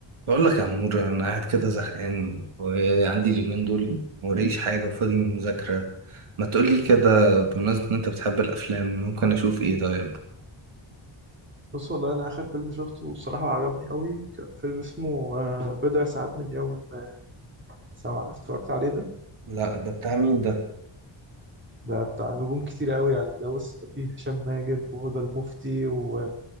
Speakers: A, on the right (about 80°); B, on the right (about 25°).
A: بقول لك يا عمور انا قاعد كده زهقان وعندي اليومين دول موريش حاجه وفاضي من المذاكره ما تقول لي كده بمناسبه ان انت بتحب الافلام ممكن اشوف ايه طيب
B: بص والله انا اخر فيلم شفته بصراحه عجبني قوي كان فيلم اسمه آه، بضع ساعات من يوم ما سمع اتفرجت عليه ده
A: لا ده بتاع مين ده
B: ده بتاع نجوم كتير قوي يعني ده بص ده فيه هشام ماجد وهدى المفتي و...